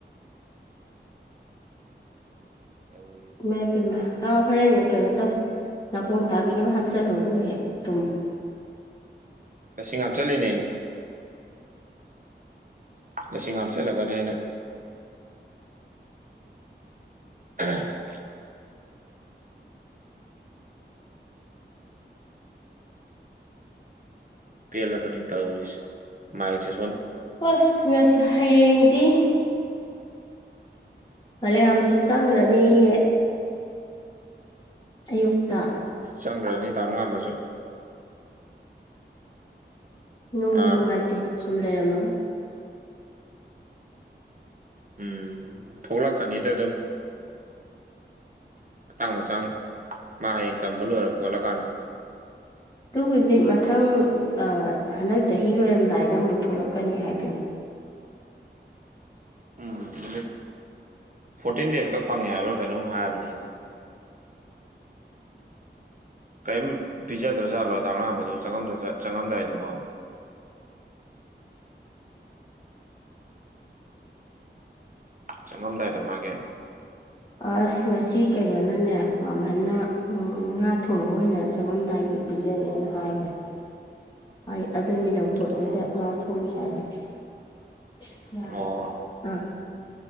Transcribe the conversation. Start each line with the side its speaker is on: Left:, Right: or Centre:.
Right: ꯇꯧꯔꯤ
Left: ꯏꯃꯥꯏ ꯄꯦꯝꯃ ꯑꯥꯎ ꯍꯣꯔꯦꯟ ꯀꯩꯅꯣ ꯇꯧ ꯅꯥꯀꯣꯡ ꯇꯥꯕꯤ ꯑꯃ ꯍꯥꯞꯆꯤꯜꯂꯣ ꯑꯗꯨꯒ ꯍꯦꯛ ꯇꯨꯝꯃꯣ <inaudible>
Right: ꯂꯁꯤꯡ ꯍꯥꯞꯆꯜꯂꯤꯅꯦ ꯂꯁꯤꯡ ꯍꯥꯞꯆꯜꯂꯒꯅꯦ ꯟꯩꯅ <unintelligible> ꯑꯍ ꯄꯦꯜꯂꯕꯅꯤ ꯇꯧꯔꯤꯁꯦ ꯃꯥꯥꯏꯛꯁꯦ
Left: ꯍꯣꯁ ꯉꯁ ꯍꯌꯦꯡꯗꯤ ꯃꯥꯂꯦꯝꯉꯥꯡꯕꯁꯨ ꯆꯪꯒ꯭ꯔꯅꯤꯌꯦ ꯑꯌꯨꯛꯇ
Right: ꯆꯪꯒ꯭ꯔꯅꯤ ꯇꯥꯃꯣ ꯉꯥꯟꯕꯁꯨ
Left: ꯅꯨꯡꯕꯨ
Right: ꯑꯥ ꯑꯩꯈꯣꯏ
Left: ꯅꯨꯡꯉꯥꯏꯇꯦ ꯁꯨꯝ ꯂꯩꯔꯝꯃꯒ
Right: ꯎꯝ ꯊꯣꯛꯂꯛꯀꯅꯤꯗ ꯑꯗꯨꯝ ꯃꯇꯥꯡ ꯃꯆꯥꯡ ꯃꯥ ꯍꯌꯦꯡ ꯇꯝꯕ ꯂꯣꯏꯔ ꯈꯣꯠꯂꯀꯥꯟꯗ
Left: ꯑꯗꯨꯕꯨꯗꯤ ꯃꯊꯪ ꯑꯥ ꯍꯟꯗꯛ ꯆꯍꯤ ꯂꯣꯏꯔꯝꯗꯥꯏꯗ ꯑꯃꯨꯛ ꯊꯣꯛꯂꯛꯀꯅꯤ ꯍꯥꯏꯕꯅꯤ
Right: ꯎꯝ ꯅꯨꯃꯤꯠ ꯐꯣꯔꯇꯤꯟ ꯗꯦꯖ ꯈꯛ ꯐꯪꯉꯦ ꯍꯥꯏꯕ꯭ꯔꯥ ꯀꯩꯅꯣꯝ ꯍꯥꯏꯕꯅꯤꯅꯦ ꯀꯩꯌꯝ ꯄꯤꯖꯗ꯭ꯔꯖꯥꯠꯂꯣ ꯗꯥ <unintelligible> ꯕꯗꯣ ꯆꯪꯉꯝꯗ ꯆ-ꯆꯪꯉꯝꯗꯥꯏꯗꯨꯕꯣ
Left: <inaudible>
Right: ꯆꯪꯉꯝꯗꯥꯏ ꯗꯣ ꯃꯥꯒꯤ
Left: ꯑꯁ ꯉꯁꯤ ꯀꯩꯅꯣꯅꯅꯦ ꯃꯝꯍꯟꯅ ꯉꯥ ꯊꯣꯡꯕ ꯑꯣꯏꯅ ꯆꯪꯉꯝꯗꯥꯏ ꯒꯤ ꯄꯤꯖꯅꯦꯅ ꯍꯥꯏꯕꯅꯤ ꯍꯥꯏ ꯑꯗꯨꯅꯤ ꯂꯝꯀꯣꯠꯍꯣꯏꯗ
Right: ꯑꯣ
Left: ꯉꯥ ꯊꯣꯡꯉꯤ ꯍꯥꯏꯕꯅꯤ <unintelligible>
Right: ꯑꯣ
Left: ꯑꯥ